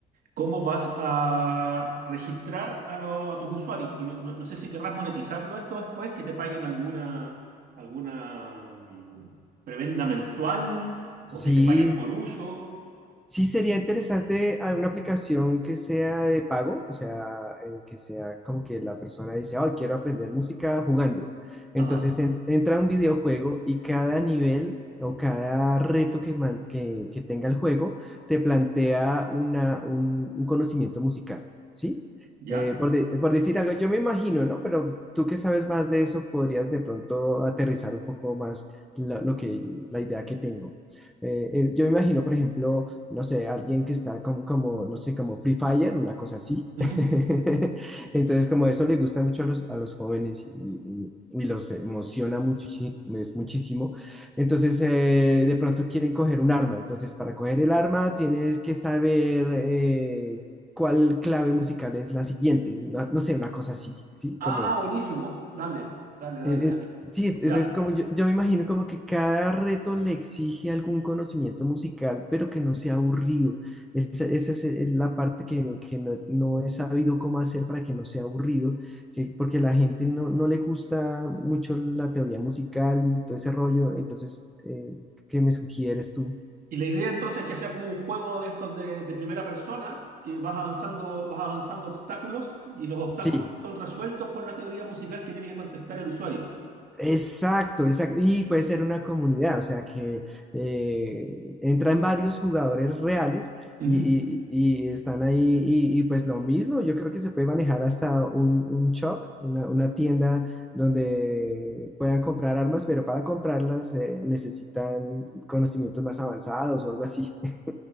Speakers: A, on the right; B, in the centre.
A: cómo vas a registrar a, lo- a tus usuarios, porque mi- no, no sé si querrás monetizarlo esto después, que te paguen alguna, alguna mm, prebenda mensual o
B: Sí,
A: que te paguen por uso.
B: Sí, sería interesante a una aplicación que sea de pago, o sea, eh, que sea como que la persona dice, oh, quiero aprender música jugando. Entonces
A: Ajá,
B: ent- entra a un videojuego y cada nivel o cada reto que, man- que, que tenga el juego te plantea una, un, un conocimiento musical, ¿sí?
A: ya.
B: Eh, por, de- por decir algo, yo me imagino, ¿no? Pero tú que sabes más de eso, podrías de pronto aterrizar un poco más la- lo que, la idea que tengo. Eh, eh, yo me imagino, por ejemplo, no sé, alguien que está como, como, no sé, como Free Fire, una cosa así.
A: Ujú.
B: <laughs> Entonces, como eso le gusta mucho a los, a los jóvenes y, y- y los emociona muchísimo, es muchísimo. Entonces, eh, de pronto quieren coger un arma. Entonces, para coger el arma tienes que saber eh, cuál clave musical es la siguiente. no no sé, una cosa así, ¿sí?
A: Ah,
B: Como
A: buenísimo. Dale, dale, dale,
B: eh,
A: dale.
B: eh, sí, es,
A: O sea,
B: es como yo, yo me imagino como que cada reto le exige algún conocimiento musical, pero que no sea aburrido. Esa, esa es eh, la parte que, que no, no he sabido cómo hacer para que no sea aburrido, que, porque a la gente no, no le gusta mucho la teoría musical y todo ese rollo. Entonces, eh, ¿qué me sugieres tú?
A: y la idea entonces es que sea como un juego de estos de, de primera persona, que vas avanzando, vas avanzando obstáculos y los obstáculos
B: Sí,
A: son resueltos por la teoría musical que tiene que contestar el usuario.
B: Exacto, exacto. Y puede ser una comunidad, o sea que eh, entran varios jugadores reales
A: Ujú.
B: y, y- y están ahí y, y pues lo mismo, yo creo que se puede manejar hasta un, un shop, una, una tienda donde puedan comprar armas, pero para comprarlas eh, necesitan conocimientos más avanzados o algo así. <laughs>